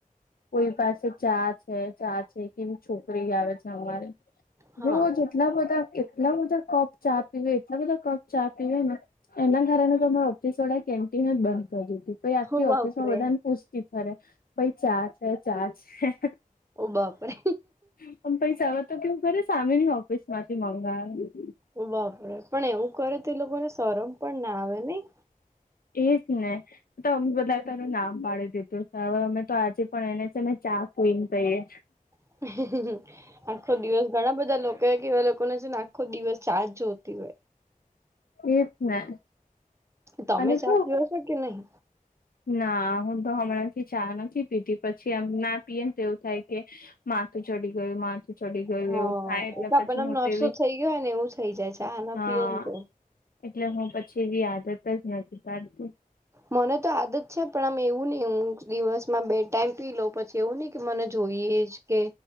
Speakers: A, on the left; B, on the right.
A: કોઈ પાસ ચા છે, ચા છે, કેવી છોકરી આવે છે અમારે.
B: હા
A: રોજ એટલા બધા, એટલા બધા કપ ચા પીવે, એટલા બધા કપ ચા પીવેને. એના કારણે તો અમારા ઓફિસ વળાએ કેન્ટીનજ બંધ કરી દીધી. પે આખી
B: હો બાપરે
A: ઓફિસ માં બધાને પૂછતી ફરે, ભાઈ ચા છે, ચા છે.
B: ઓ બાપરે.
A: પણ પૈસા, હવે તો કેવું કરે, સામેની ઓફિસ માંથી મંગાવે.
B: ઓ બાપરે! પણ એવું કરે તો એ લોકોને શરમ પણ ના આવે નહી.
A: એજ ને તો અમ બધાએ તો એનું નામ પાડી દીધું, હવે અમે તો આજે પણ એને છે ને, ચા ક્વિન કહીએ.
B: <unintelligible> આખો દિવસ ઘણા બધા લોકો હોય કે, એવા લોકોને છે ને આખો દિવસ ચાજ જોતી હોય.
A: એ જ ને
B: તમે
A: અને
B: ચા
A: કેવું
B: પી ઓ છો કે નહી?
A: ના હું તો હમણાં થી ચા નથી પીતી, પછી એમ ના પીએ તો, એવું થાય કે માથું ચડી ગયું, માથું ચડી ગયું,
B: હા
A: એવું થાય એટલે
B: એ તો આપણને
A: પછી
B: આમ
A: હું તો
B: નશો
A: એવી,
B: થઈ ગયો હોય ને એવું થઇ જાય ચા ના
A: હા
B: પીએ ને તો
A: એટલે હું પછી એવી આદત જ નથી પડતી.
B: મને તો આદત છે, પણ આમ એવું નહી, હું દિવસમાં બે ટાાઈમ પી લઉં, પછી એવું નહિ કે મને જોઈએજ કે